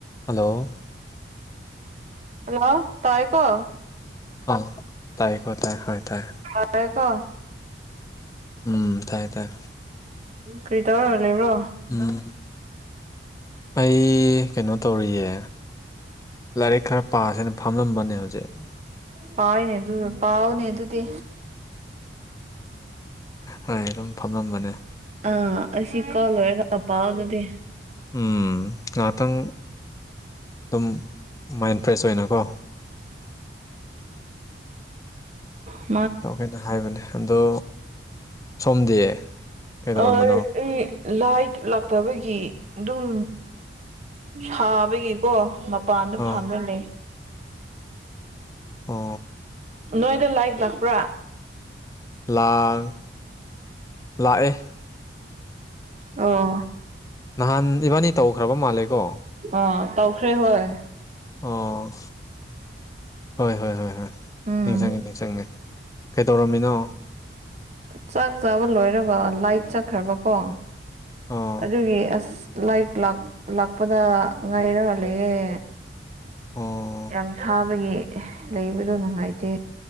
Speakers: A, on the left; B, on the right.
A: ꯍꯜꯂꯣ
B: ꯍꯜꯂꯣ ꯇꯥꯏ ꯀꯣ
A: ꯍꯜꯂꯣ ꯇꯥꯏꯦꯀꯣ ꯇꯥꯏ ꯍꯣꯏ ꯇꯥꯏ
B: ꯍꯀꯣ
A: ꯎꯝ ꯇꯥꯏ ꯇꯥꯏ
B: ꯀꯔꯤ ꯇꯔꯔ ꯂꯩꯕ꯭ꯔꯣ
A: ꯎꯝ ꯑꯩ ꯀꯩꯅꯣ ꯇꯧꯔꯤꯌꯦ ꯂꯥꯏꯔꯤꯛ ꯈꯔ ꯄꯥꯥꯁꯦꯅ ꯐꯝꯂꯝꯕꯅꯦ ꯍꯧꯖꯤꯛ
B: ꯄꯥꯎꯅꯦ ꯑꯗꯨ ꯄꯥꯎꯅꯦ ꯑꯗꯨꯗꯤ
A: ꯍꯣꯏ ꯑꯗꯨꯝ ꯐꯝꯂꯝꯝꯕꯅꯦ
B: ꯑꯥ ꯑꯁꯤꯁꯤ ꯀꯂꯔ ꯄ ꯑꯣꯗꯗꯤ
A: ꯎꯝ ꯉꯥꯏꯍꯥꯛꯇꯪ ꯑꯗꯨꯝ ꯃꯥꯏꯟ ꯐ꯭ꯔꯦꯁ ꯑꯣꯏꯅꯀꯣ
B: ꯎꯝ
A: ꯇꯧꯒꯦꯅ ꯍꯥꯏꯕꯅꯦ ꯑꯗꯣ ꯁꯣꯝꯗꯤ ꯀꯩꯗꯧꯔꯝꯕꯅꯣ
B: ꯑꯣ ꯎꯝ ꯂꯥꯏ ꯂꯥꯛꯇꯕꯒꯤ ꯑꯗꯨꯝ ꯁꯥꯕꯒꯤꯀꯣ ꯄꯗ
A: ꯑꯥ
B: ꯐꯥꯅꯅꯦ
A: ꯑꯣ
B: ꯅꯣꯏꯗ ꯂꯥꯏꯛ ꯂꯥꯛꯄ꯭ꯔꯥ
A: ꯂꯥꯡ ꯂꯥꯛꯑꯦ
B: ꯑꯣ
A: ꯅꯍꯥꯟ ꯏꯕꯥꯅꯤ ꯇꯧꯈ꯭ꯔꯕ ꯃꯥꯜꯂꯦꯀꯣ
B: ꯑ ꯇꯧꯈ꯭ꯔꯦ ꯍꯣꯏ
A: ꯑꯣ ꯍꯣꯏ ꯍꯣꯏ ꯍꯣꯏ ꯍꯣꯏ
B: ꯎꯝ
A: ꯅꯤꯡꯁꯤꯡꯉꯦ ꯅꯤꯡꯁꯤꯡꯪꯉꯦ ꯀꯩꯗꯧꯔꯝꯃꯤꯅꯣ
B: ꯆꯥꯛ ꯆꯥꯕ ꯂꯣꯏꯔꯒ ꯂꯥꯏꯠ ꯆꯠꯈ꯭ꯔꯕꯀꯣ
A: ꯑꯣ
B: ꯑꯗꯨꯒꯤ ꯑꯁ ꯂꯥꯏꯛ ꯂꯥꯛ ꯂꯥꯛꯄꯗ ꯉꯥꯏꯔꯒꯂꯌꯦꯦ
A: ꯑꯣ
B: ꯌꯥꯝ ꯁꯥꯕꯒꯤ ꯂꯩꯕꯗꯣ ꯅꯨꯡꯉꯥꯏꯇꯦ